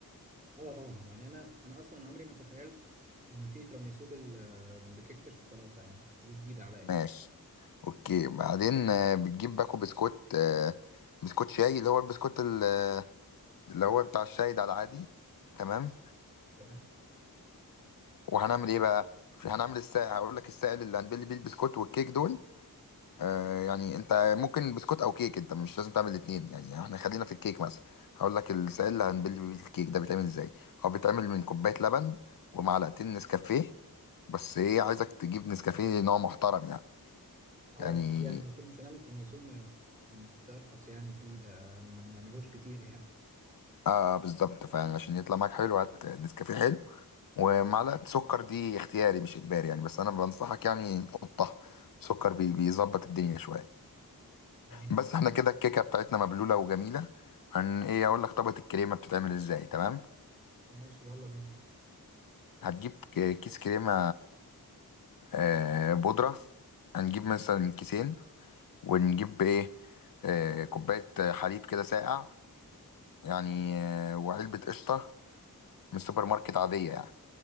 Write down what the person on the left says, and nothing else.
ماشي اوكي بعدين آه، بتجيب باكو بسكوت آه، بسكوت شاي اللي هو البسكوت ال- آه، اللي هو بتاع الشاي ده العادي تمام
وهنعمل ايه بقى في هنعمل السائل هقول لك السائل اللي هنبل بيه البسكوت والكيك دول آه يعني انت ممكن بسكوت او كيك انت مش لازم تعمل الاثنين يعني احنا خلينا في الكيك مثلا هقول لك السائل اللي هنبل بيه الكيك ده بيتعمل ازاي هو بيتعمل من كوبايه لبن ومعلقتين نسكافيه بس ايه عايزك تجيب نسكافيه نوع محترم يعني
يعني
اه آه، بالظبط فعلا عشان يطلع معاك حلو هات نسكافيه حلو ومعلقه سكر دي اختياري مش اجباري يعني بس انا بنصحك يعني نحطها سكر بي- بيظبط الدنيا شويه
بس احنا كده الكيكه بتاعتنا مبلوله وجميله هن ايه اقول لك طبقه الكريمه بتتعمل ازاي تمام
هتجيب ك- كيس كريمه آه بودره هنجيب مثلا كيسين ونجيب ايه آه كوبايه حليب كده ساقع يعني آه وعلبه قشطه من السوبر ماركت عاديه يعني